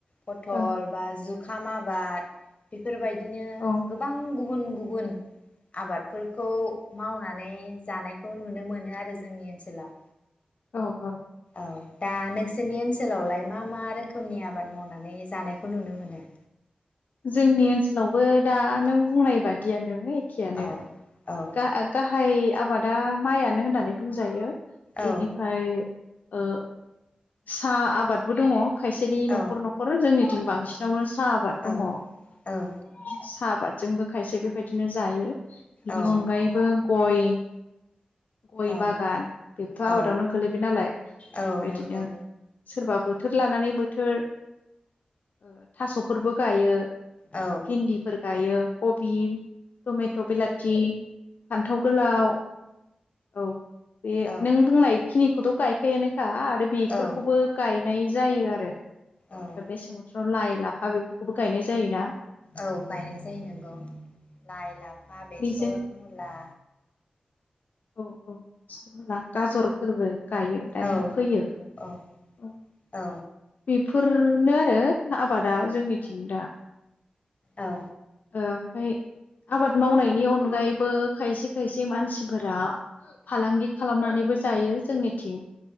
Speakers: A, on the left; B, on the left.
A: पथल
B: ओं
A: बा जु खाम आबाद बेफोरबाय बिदिनो
B: औ
A: गोबां गु गुबुन गुबुन आबादफोरखौ मावनानै जानायखौ नुनो मोनो आरो जोंनि ओनसोलाव।
B: औ औ।
A: अ दा नोंसोरनि ओनसोलावलाय मा मा रोखोमनि आबाद मावनानै जानायखौ नुनो मोनो?
B: जोंनि ओनसोलावबो दा नों बुंनाय बादि गियान नोयै खियानो
A: औ औ
B: गा गा - हाइ आबादा माइआनो होननानै बुंजायो।
A: औ
B: एनिफाय ओ सा आबादबो दङ। खायसेनि नखर
A: औ
B: नखर जोंनि जों बांसिनावनो सा दङ'
A: औ औ
B: <unintelligible> साहा आबादजोंबो खायसे बेबायदिनो जायो। बिनि
A: औ
B: अनगायैबो गय गय
A: औ
B: बागान बेबोथ' आबादावनो
A: औ
B: गोलैबाय नालाय
A: औ
B: बेबायदिनो
A: नंगौ
B: सोरबा बो थोर लानानै बोथोर ओ थास'फोरबो गायो।
A: औ
B: भिन्दिफोर गायो कबि, थमे थ बिलाथि, फान्थाव गोलाव औ। बे
A: औ
B: नों बुंनायखिनि खौथ' गायखायानो खा आरो बेफोरखौबो
A: औ
B: गाय नाय जायो आरो। <unintelligible>
A: औ
B: लाइ लाफा बो बेखौबो गायनाय जायोना
A: औ गायनाय जायो नोंगौ लाइ, लाफा, बेसर,
B: बेजों
A: मुला
B: औ औ। मुला गाजरफोरबो गायो दानिया
A: औ
B: फैयो
A: औ
B: अ
A: औ
B: बे फोरनो आरो आबादा जोंनिथिं दा।
A: औ।
B: ओ ओमफाय आबाद मावनायनि अनगायैबो खायसे खायसे मानसि फोरा फालांगि खालामनानैबो जायो। जों निथिं।